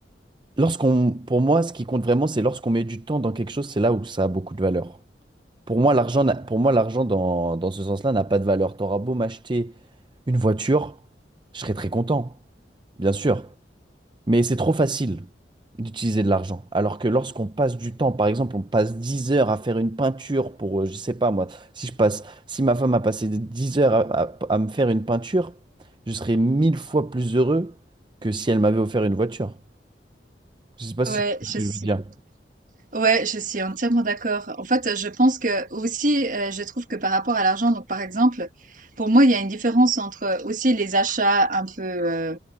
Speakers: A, on the right; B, on the right.
A: Lorsqu'on, pour moi, ce qui compte vraiment, c'est lorsqu'on met du temps dans quelque chose, c'est là où ça a beaucoup de valeur. Pour moi, l'argent, n'a- pour moi, l'argent dans, dans ce sens-là n'a pas de valeur. T'auras beau m'acheter une voiture, je serai très content, bien sûr. Mais c'est trop facile d'utiliser de l'argent. Alors que lorsqu'on passe du temps, par exemple, on passe 10 heures à faire une peinture pour, euh, je sais pas moi, si je passe, si ma femme a passé 10 heures à, à- à me faire une peinture, je serais mille fois plus heureux que si elle m'avait offert une voiture. Je sais pas si
B: ouais,
A: tu vois
B: je
A: ce que
B: suis
A: je veux dire.
B: Ouais, je suis entièrement d'accord. En fait, je pense que aussi, euh, je trouve que par rapport à l'argent, donc par exemple, pour moi, il y a une différence entre aussi les achats un peu euh,